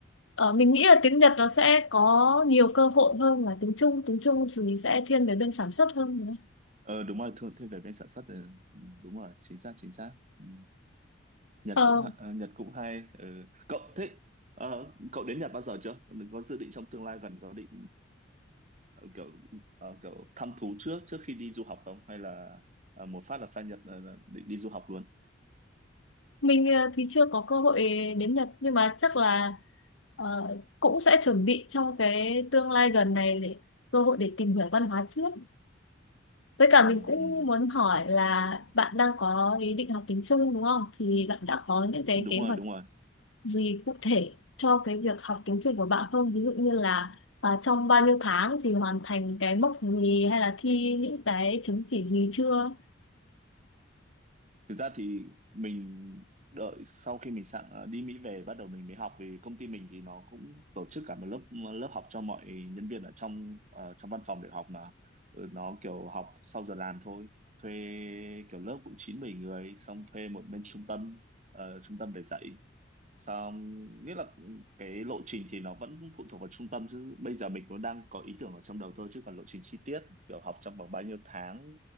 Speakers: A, on the left; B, on the right.
A: ờ, mình nghĩ là tiếng Nhật nó sẽ có nhiều cơ hội hơn là tiếng Trung tiếng Trung thì sẽ thiên về bên sản xuất hơn nữa.
B: Ờ, đúng rồi thu- thêm về bên sản xuất thì đúng rồi chính xác chính xác Ừ. Nhật
A: Ờ,
B: cũng ha- ờ, Nhật cũng hay ừ. Cậu thích ờ, cậu đến Nhật bao giờ chưa có dự định trong tương lai gần có định ờ, kiểu ờ, kiểu thăm thú trước trước khi đi du học không hay là ờ, một phát là sang Nhật ờ, định đi du học luôn
A: mình ờ, thì chưa có cơ hội đến Nhật nhưng mà chắc là ờ, cũng sẽ chuẩn bị trong cái tương lai gần này để cơ hội để tìm hiểu văn hóa trước. Với cả
B: Ờ,
A: mình cũng
B: ừ.
A: muốn hỏi là bạn đang có ý định học tiếng Trung đúng không? Thì bạn đã có những cái
B: đúng
A: kế
B: rồi
A: hoạch
B: đúng rồi
A: gì cụ thể cho cái việc học tiến trình của bạn không? Ví dụ như là à, trong bao nhiêu tháng thì hoàn thành cái mốc gì hay là thi những cái chứng chỉ gì chưa?
B: thực ra thì mình đợi sau khi mình sẵn ờ, đi Mỹ về bắt đầu mình mới học vì công ty mình thì nó cũng tổ chức cả một lớp lớp học cho mọi nhân viên ở trong ờ, trong văn phòng để học mà Ừ, nó kiểu học sau giờ làm thôi thuê kiểu lớp cũng chín 10 người xong thuê một bên trung tâm ờ, trung tâm về dạy Xong nghĩa là cái lộ trình thì nó vẫn phụ thuộc vào trung tâm chứ bây giờ mình cũng đang có ý tưởng ở trong đầu thôi chứ còn lộ trình chi tiết kiểu học trong vòng bao nhiêu tháng